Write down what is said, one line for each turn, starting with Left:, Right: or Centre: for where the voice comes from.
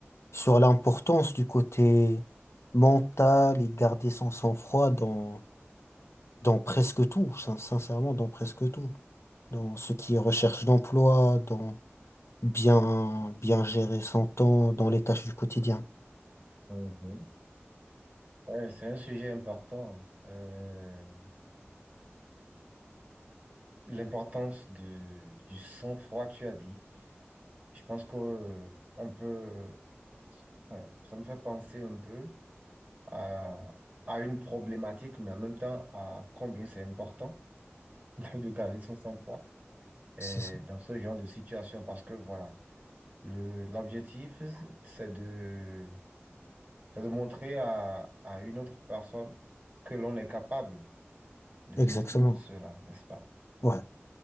Left: sur l'importance du côté mental et garder son sang-froid dans, dans presque tout, sin- sincèrement, dans presque tout. dans ce qui est recherche d'emploi, dans bien, bien gérer son temps, dans les tâches du quotidien.
Right: Mhm. Ouais, c'est un sujet important. Euh, l'importance de, du sang-froid, tu as dit. Je pense que, euh, on peut, enfin, ça me fait penser un peu à, à une problématique, mais en même temps à combien c'est important <laughs> de garder son sang-froid
Left: C'est
Right: euh,
Left: ça.
Right: dans ce genre de situation. Parce que voilà, le, l'objectif, c'est de, c'est de montrer à, à une autre personne que l'on est capable de
Left: Exactement.
Right: ceci ou de cela, n'est-ce pas?
Left: Ouais.